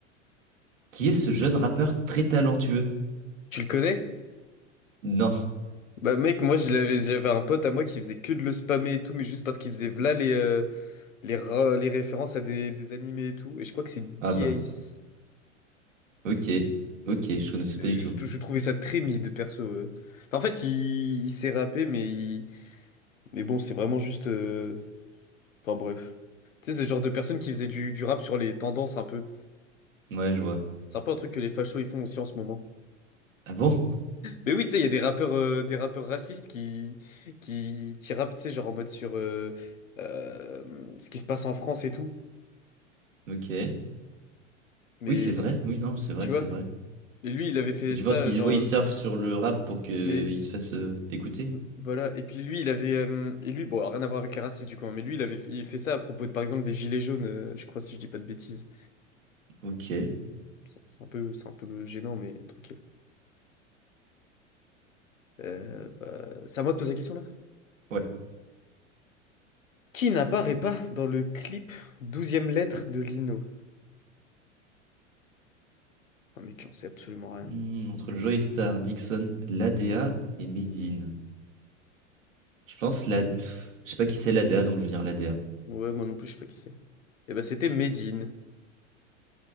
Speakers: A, on the right (about 75°); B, on the left (about 85°).
A: Qui est ce jeune rappeur très talentueux?
B: tu le connais?
A: Non.
B: Bah mec, moi je l'avais, j'avais un pote à moi qui faisait que de le spammer et tout, mais juste parce qu'il faisait v'là les, euh, les, ra- les références à des, des animés et tout. Et je crois que c'est
A: Ah
B: D-Ace.
A: bah. Ok. Ok, je connaissais
B: Euh,
A: pas du tout.
B: Je, je trouvais ça très mid, perso. euh. Enfin, en fait, il, il s'est rappé, mais, il- mais bon, c'est vraiment juste. euh, Enfin, bref. Tu sais, c'est le genre de personne qui faisait du, du rap sur les tendances un peu.
A: Ouais, je vois.
B: C'est un peu un truc que les fachos ils font aussi en ce moment.
A: Ah bon?
B: Mais oui, tu sais, il y a des rappeurs, euh, des rappeurs racistes qui, qui, qui rappent, tu sais, genre en mode sur euh, euh, ce qui se passe en France et tout.
A: Ok.
B: Mais
A: Oui, c'est vrai. Oui, non, c'est vrai,
B: tu
A: c'est
B: vois?
A: vrai.
B: Et lui, il avait fait
A: Et tu
B: ça,
A: penses qu'ils
B: genre.
A: ouais, ils surfent sur le rap pour qu'ils
B: Mais
A: se fassent euh, écouter?
B: Mm, Voilà, et puis lui, il avait. euh, et lui, bon, rien à voir avec les racistes du coup, hein, mais lui, il avait fait, il fait ça à propos de, par exemple, des gilets jaunes, euh, je crois, si je dis pas de bêtises.
A: Ok.
B: Ça, C'est un peu, c'est un peu gênant, mais tranquille. Euh, bah, c'est à moi de poser la question là.
A: Ouais.
B: Qui n'apparaît pas dans le clip douzième lettre de Lino? Ah, mec, j'en sais absolument rien.
A: Hmm, entre le Joey Star, Dixon, l'ADA et Medine. Je pense la... pff, je sais pas qui c'est l'ADA, donc je vais dire l'ADA.
B: Ouais, moi non plus, je sais pas qui c'est. Et bah, c'était Medine.